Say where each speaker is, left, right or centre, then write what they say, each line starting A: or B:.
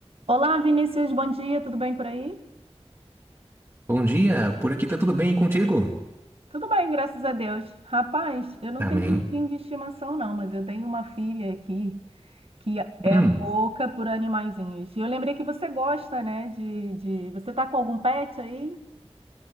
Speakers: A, on the right; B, on the right.
A: Olá, Vinícius, bom dia, tudo bem por aí?
B: Bom dia, por aqui tá tudo bem e contigo?
A: Tudo bem, graças a Deus. Rapaz, eu não
B: Amém.
A: tenho bichinho de estimação, não, mas eu tenho uma filha aqui que é
B: Hum.
A: louca por animaizinhos. E eu lembrei que você gosta, né, de, de... Você tá com algum pet aí?